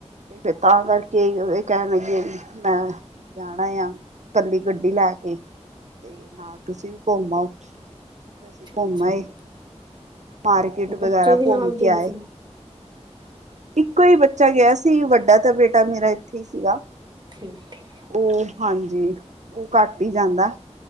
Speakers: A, on the right; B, on the right.
A: ਤੇ ਫਿਰ ਤਾਂ ਕਰਕੇ ਉਹਦੇ ਕਹਿਣ ਲੱਗੇ ਮੈਂ ਜਾਣਾ ਆ ਇਕੱਲੀ ਗੱਡੀ ਲੈ ਕੇ ਤੇ ਨਾਲ ਤੁਸੀਂ ਵੀ ਘੁੰਮ ਆਓ ਅਸੀਂ
B: ਅੱਛਾ-ਅੱਛਾ।
A: ਘੁੰਮ ਆਏ ਮਾਰਕੀਟ
B: ਬੱਚੇ
A: ਵਗੈਰਾ
B: ਵੀ
A: ਘੁੰਮ
B: ਨਾਲ ਗਏ
A: ਕੇ ਆਏ
B: ਸੀ।
A: ਇੱਕੋ ਈ ਬੱਚਾ ਗਿਆ ਸੀ ਵੱਡਾ ਤਾਂ ਬੇਟਾ ਮੇਰਾ ਇੱਥੇ ਈ ਸੀਗਾ।
B: ਠੀਕ ਠੀਕ
A: ਉ ਹਾਂਜੀ ਓ ਘੱਟ ਈ ਜਾਂਦਾ